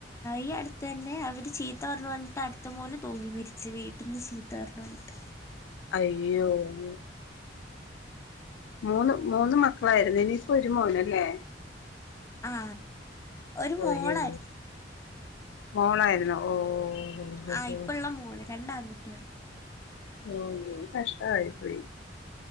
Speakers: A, on the left; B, on the left.
A: ഈ അടുത്ത് തന്നെ അവർ ചീത്ത പറഞ്ഞ പറഞ്ഞിട്ട് അടുത്ത മോന് തൂങ്ങി മരിച്ച് വീട്ടിൽ നിന്ന് ചീ തെർലണ്ട്
B: അയ്യോ ഓ മൂന്ന് മൂന്ന് മക്കളായിരുന്നു ഇനിയിപ്പോ ഒരു മോനല്ലേ
A: ആ ഒരു മോളായിരുന്നു
B: അയ്യോ മോളായിരുന്നു ഓ ഓ ഓ
A: ആ ഇപ്പള്ള
B: ഓ.
A: മോള് രണ്ട് ആൺകുട്ടികള്
B: ഓ കഷ്ട ആയി പോയി